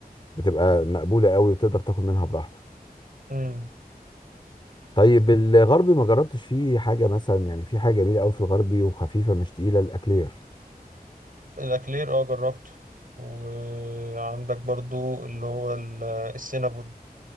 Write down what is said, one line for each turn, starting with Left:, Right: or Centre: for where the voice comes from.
Left: بتبقى مقبوله قوي وتقدر تاكل منها براحتك
Right: امم
Left: طيب الغربي ما جربتش فيه حاجه مثلا يعني في حاجه جميله قوي في الغربي وخفيفه مش تقيله الاكلير
Right: الاكلير اه جربته وعندك برضو اللي هو ال- السينابون